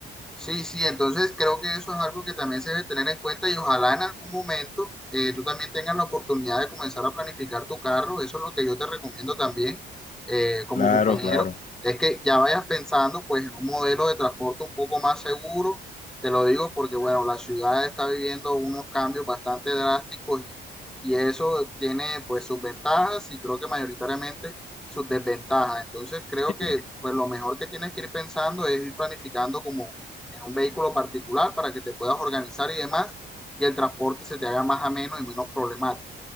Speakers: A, in the centre; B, on the left (about 40°).
A: Sí, sí, entonces creo que eso es algo que también se debe tener en cuenta y ojalá en algún momento eh, tú también tengas la oportunidad de comenzar a planificar tu carro. Eso es lo que yo te recomiendo también eh, como
B: Claro,
A: compañero,
B: claro.
A: es que ya vayas pensando pues en un modelo de transporte un poco más seguro. Te lo digo porque bueno, la ciudad está viviendo unos cambios bastante drásticos y, y eso tiene pues sus ventajas y creo que mayoritariamente sus desventajas. Entonces creo que
B: Sí,
A: pues lo mejor que tienes que ir pensando es ir planificando como en un vehículo particular para que te puedas organizar y demás, que el transporte se te haga más ameno y menos problemático.